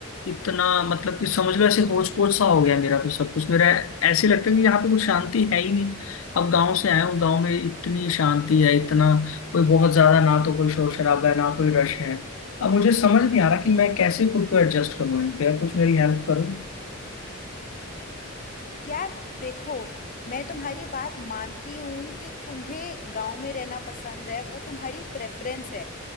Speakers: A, on the left; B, on the left.
A: इतना मतलब कि समझ लो ऐसे होच पोच सा हो गया मेरा तो सब कुछ मेरा ऐसे लगता है कि यहाँ पे कुछ शांति है ही नहीं अब गांव से आया हूँ गांव में इतनी शांति है इतना कोई बहुत ज्यादा ना तो कोई शोर शराबा है ना कोई रश है अब मुझे समझ नहीं आ रहा कि मैं कैसे खुद को एडजस्ट करूँ इन पे यार कुछ मेरी हेल्प करो
B: यार देखो मैं तुम्हारी बात मानती हूँ कि तुम्हें गांव में रहना पसंद है वो तुम्हारी प्रेफरेंस है